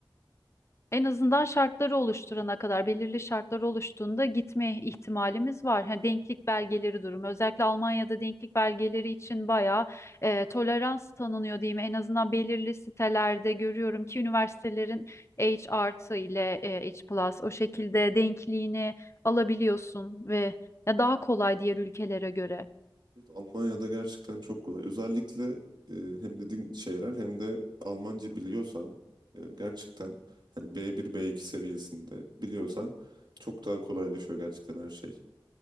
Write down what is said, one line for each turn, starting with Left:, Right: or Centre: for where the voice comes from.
Left: En azından şartları oluşturana kadar belirli şartları oluştuğunda gitme ihtimalimiz var. Ha, denklik belgeleri durumu özellikle Almanya'da denklik belgeleri için bayağı e, tolerans tanınıyor diyeyim. En azından belirli sitelerde görüyorum ki üniversitelerin H artı ile e, H plus o şekilde denkliğini alabiliyorsun ve ya daha kolay diğer ülkelere göre.
Right: Evet, Almanya'da gerçekten çok kolay. Özellikle e, hem dediğin şeyler hem de Almanca biliyorsan e, gerçekten hani B1 B2 seviyesinde biliyorsan çok daha kolaylaşıyor gerçekten her şey.